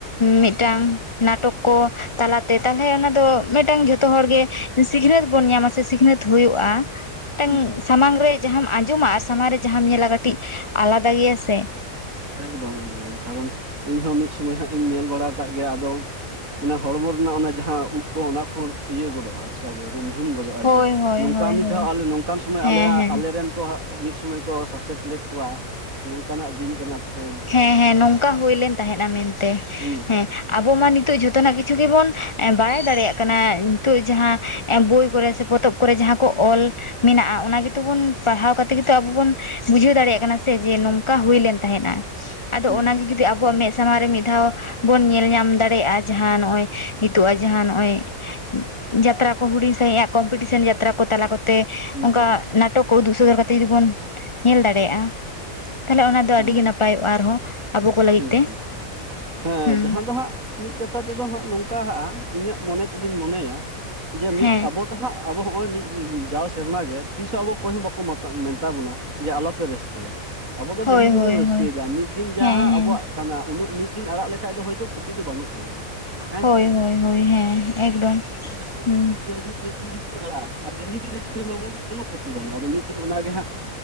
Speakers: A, on the left (about 30°); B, on the right (about 65°).
A: ᱢᱤᱫᱴᱟᱝ
B: ᱦᱩᱸ
A: ᱱᱟᱴᱚᱠ ᱠᱚ ᱦᱩᱞ ᱞᱟᱦᱟ ᱡᱟᱦᱟᱸ ᱠᱚᱫᱚ ᱚᱱᱟ ᱦᱩᱞ ᱤᱫᱤ ᱠᱟᱛᱮᱜ ᱡ ᱛᱟᱞᱟᱛᱮ ᱛᱟᱞᱦᱮ ᱚᱱᱟ ᱫᱚ ᱢᱤᱫᱴᱟᱝ ᱡᱷᱚᱛᱚ ᱦᱚᱲᱜᱮ ᱥᱤᱠᱷᱱᱟᱹᱛ ᱵᱚᱱ ᱧᱟᱢᱟ ᱥᱮ ᱥᱤᱠᱷᱱᱟᱹᱛ ᱦᱩᱭᱩᱜᱼᱟ᱾ ᱢᱤᱫᱴᱟᱝ
B: ᱦᱩᱸ ᱦᱩᱸ
A: ᱥᱟᱢᱟᱝ ᱨᱮ ᱡᱟᱦᱟᱢ ᱟᱡᱚᱢᱟ ᱟᱨ ᱥᱟᱢᱟᱝ ᱨᱮ ᱡᱟᱦᱟᱢ ᱧᱮᱞᱟ ᱠᱟᱹᱴᱤᱡ ᱟᱞᱟᱫᱟ ᱜᱮᱭᱟ ᱥᱮ ᱾
B: ᱮᱠᱫᱚᱢ ᱮᱠᱫᱚᱢ ᱠᱟᱨᱚᱱ ᱤᱧᱦᱚᱸ ᱢᱤᱫ ᱥᱚᱢᱚᱭ ᱦᱟᱸᱜ ᱤᱧ ᱧᱮᱞ ᱵᱟᱲᱟ ᱟᱠᱟᱫ ᱜᱮᱭᱟ᱾ ᱟᱫᱚ ᱚᱱᱟ ᱦᱚᱲᱢᱚ ᱨᱮᱱᱟᱜ ᱚᱱᱟ ᱡᱟᱦᱟᱸ ᱩᱵᱽ ᱠᱚ ᱚᱱᱟ ᱠᱚ ᱤᱭᱟᱹ ᱜᱚᱫᱚᱜᱼᱟ᱾ ᱜᱮ ᱨᱩᱢ ᱡᱷᱩᱢ ᱜᱚᱫᱚᱜᱼᱟ᱾
A: ᱦᱳᱭ
B: ᱡᱮ
A: ᱦᱳᱭ
B: ᱱᱚᱝᱠᱟ
A: ᱦᱳᱭ
B: ᱢᱤᱫ
A: ᱦᱳᱭ
B: ᱫᱷᱟᱣ ᱟᱞᱮ ᱱᱚᱝᱠᱟᱱ ᱥᱚᱢᱚᱭ
A: ᱦᱮᱸ
B: ᱟᱞᱮᱭᱟᱜ
A: ᱦᱮᱸ
B: ᱟᱞᱮᱨᱮᱱ ᱢᱤᱫ ᱥᱚᱢᱚᱭ ᱠᱚ ᱥᱟᱥᱮᱛ ᱞᱮᱫ ᱠᱚᱣᱟ ᱱᱚᱝᱠᱟᱱᱟᱜ ᱫᱤᱱ ᱠᱟᱱᱟ᱾ ᱛᱮᱦᱮᱧ
A: ᱦᱮᱸ ᱦᱮᱸ ᱱᱚᱝᱠᱟ ᱦᱩᱭᱞᱮᱱ ᱛᱟᱦᱮᱸᱫᱱᱟ ᱢᱮᱱᱛᱮ,
B: ᱦᱩᱸ ᱦᱩᱸ
A: ᱦᱮᱸ᱾ ᱟᱵᱚ ᱢᱟ ᱱᱤᱛᱚᱜ ᱡᱷᱚᱛᱚᱱᱟᱜ ᱠᱤᱪᱷᱩ ᱜᱮᱵᱚᱱ ᱵᱟᱲᱟᱭ ᱫᱟᱲᱮᱭᱟᱜ ᱠᱟᱱᱟ᱾ ᱱᱤᱛᱚᱜ ᱡᱟᱦᱟᱸ ᱵᱚᱭ ᱠᱚᱨᱮ ᱥᱮ ᱯᱚᱛᱚᱵ ᱠᱚᱨᱮ ᱠᱚᱨᱮ ᱡᱟᱦᱟᱸ ᱠᱚ ᱚᱞ ᱢᱮᱱᱟᱜᱼᱟ ᱚᱱᱟ ᱜᱮᱛᱚᱵᱚᱱ ᱯᱟᱲᱦᱟᱣ ᱠᱟᱛᱮ ᱜᱮᱛᱚ ᱟᱵᱚ ᱵᱚᱱ ᱵᱩᱡᱷᱟᱹᱣ ᱫᱟᱲᱮᱭᱟᱜ ᱠᱟᱱᱟ᱾ ᱥᱮ ᱡᱮ ᱱᱚᱝᱠᱟ ᱦᱩᱭ ᱞᱮᱱ ᱛᱟᱦᱮᱸᱫᱱᱟ ᱟᱫᱚ
B: ᱦᱩᱸ
A: ᱚᱱᱟᱜᱮ
B: ᱦᱩᱸ
A: ᱡᱩᱫᱤ ᱟᱵᱚᱣᱟᱜ ᱢᱮᱫ ᱥᱟᱢᱟᱝ ᱨᱮ ᱢᱤᱫ ᱫᱷᱟᱣ ᱵᱚᱱ ᱧᱮᱞ ᱧᱟᱢ ᱫᱟᱲᱮᱭᱟᱜᱼᱟ᱾ ᱡᱟᱦᱟᱸ ᱱᱚᱜ-ᱚᱭ ᱱᱤᱛᱚᱜ-ᱟ ᱡᱟᱦᱟᱸ ᱱᱚᱜᱚᱭ- ᱡᱟᱛᱨᱟ ᱠᱚ ᱦᱩᱰᱤᱧ ᱥᱟᱺᱦᱤᱡ ᱟᱜ ᱠᱚᱢᱯᱤᱴᱤᱥᱮᱱ ᱡᱟᱛᱨᱟ ᱠᱚ ᱛᱟᱞᱟ ᱠᱚ ᱛᱮ
B: ᱦᱩᱸ
A: ᱚᱱᱠᱟ
B: ᱦᱩᱸ
A: ᱱᱟᱴᱚᱠ ᱠᱚ ᱩᱫᱩᱜ ᱥᱚᱫᱚᱨ ᱠᱟᱛᱮ ᱡᱩᱫᱤ ᱵᱚᱱ ᱧᱮᱞ ᱫᱟᱲᱮᱭᱟᱜᱼᱟ᱾ ᱛᱟᱞᱦᱮ ᱚᱱᱟ
B: ᱦᱩᱸ
A: ᱫᱚ ᱟᱹᱰᱤ ᱜᱮ ᱱᱟᱯᱟᱭᱚᱜᱼᱟ ᱟᱨᱦᱚᱸ᱾ ᱟᱵᱚ ᱠᱚ ᱞᱟᱹᱜᱤᱫ
B: ᱦᱮᱸ
A: ᱛᱮ
B: ᱦᱮᱸ
A: ᱦᱩᱸ
B: ᱡᱟᱦᱟᱸ ᱫᱚ ᱦᱟᱸᱜ ᱢᱤᱫ ᱠᱟᱛᱷᱟ ᱛᱮᱫᱚ ᱦᱟᱸᱜ ᱱᱚᱝᱠᱟ ᱟ ᱤᱧᱟᱹᱜ ᱢᱚᱱᱮ ᱛᱮᱫᱚᱧ ᱢᱚᱱᱮᱭᱟ ᱡᱮ ᱢᱤᱫ
A: ᱦᱮᱸ
B: ᱟᱵᱚ ᱛᱚ ᱦᱟᱸᱜ ᱟᱵᱚ ᱦᱚᱸᱜᱼᱚᱭ ᱢᱤᱫ ᱡᱟᱣ ᱥᱮᱨᱢᱟ ᱜᱮ ᱛᱤᱥᱚᱸ ᱟᱵᱚ ᱚᱠᱚᱭ ᱦᱚᱸ ᱵᱟᱠᱚ ᱢᱮᱛᱟ ᱵᱚᱱᱟ᱾ ᱡᱮ ᱟᱞᱚᱯᱮ ᱨᱟᱹᱥᱠᱟᱹᱭᱟ ᱟᱵᱚ ᱫᱚ
A: ᱦᱳᱭ
B: ᱰᱮᱞᱤ ᱜᱮᱵᱚᱱ
A: ᱦᱳᱭ
B: ᱨᱟᱹᱥᱠᱟᱹᱭᱮᱫᱟ᱾
A: ᱦᱳᱭ
B: ᱢᱤᱫ ᱫᱤᱱ ᱡᱟᱦᱟᱸ
A: ᱦᱮᱸ ᱦᱮᱸ
B: ᱟᱵᱚᱣᱟᱜ ᱠᱟᱱᱟ ᱩᱱᱟᱹᱜ ᱢᱤᱫ ᱫᱤᱱ ᱟᱲᱟᱜ ᱞᱮᱠᱷᱟᱡ ᱫᱚ ᱦᱳᱭ ᱠᱷᱚᱛᱤ ᱫᱚ ᱵᱟᱹᱱᱩᱜ ᱛᱟᱵᱚᱱᱟ᱾ ᱦᱮᱸ
A: ᱦᱳᱭ
B: ᱥᱮ
A: ᱦᱳᱭ ᱦᱳᱭ ᱦᱮᱸ ᱮᱠᱫᱚᱢ
B: <unintelligible>
A: ᱦᱩᱸ
B: <unintelligible> ᱟᱲᱟᱜ ᱟᱨ ᱰᱮᱞᱤ ᱜᱮ ᱨᱟᱹᱥᱠᱟᱹᱭ ᱢᱟᱵᱚᱱ ᱠᱳᱱᱳ ᱠᱷᱚᱛᱤ ᱵᱟᱹᱱᱩᱜ-ᱟ᱾ ᱟᱫᱚ ᱢᱤᱫ ᱫᱤᱱ ᱚᱱᱟᱜᱮ ᱦᱟᱸᱜ